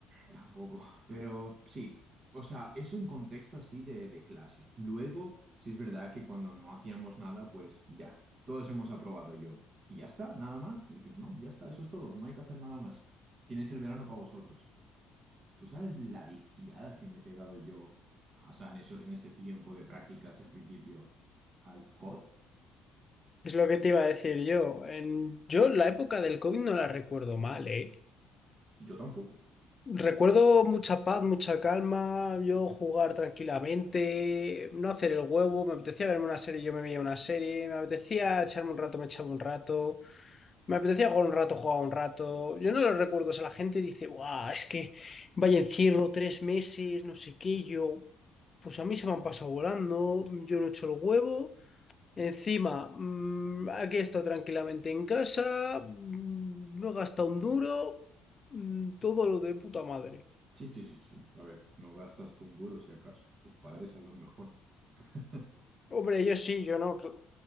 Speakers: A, on the right; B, on the left.
A: Tampoco, pero sí, o sea, eso en contexto así de, de clase. Luego, sí es verdad que cuando no hacíamos nada, pues ya, todos hemos aprobado yo. Y ya está, nada más. Me dijeron, no, ya está, eso es todo, no hay que hacer nada más. Tienes el verano para vosotros. ¿Tú sabes la viciada que me he pegado yo, o sea, en eso, en ese tiempo de prácticas en principio, al COT?
B: Es lo que te iba a decir yo. En, yo la época del COVID no la recuerdo mal, ¿eh?
A: Yo tampoco.
B: Recuerdo mucha paz, mucha calma, yo jugar tranquilamente, no hacer el huevo, me apetecía verme una serie, yo me veía una serie, me apetecía echarme un rato, me echaba un rato, me apetecía jugar un rato, jugaba un rato. Yo no lo recuerdo, o sea, la gente dice, guau, es que vaya encierro tres meses, no sé qué, yo, pues a mí se me han pasado volando, yo no he hecho el huevo, encima, mm, aquí he estado tranquilamente en casa, mm, no he gastado un duro, mm, todo lo de puta madre.
A: Sí, sí, sí, sí. A ver, no gastas tú un duro si acaso. Tus padres a lo mejor. <laughs>
B: Hombre, yo sí, yo no, cl-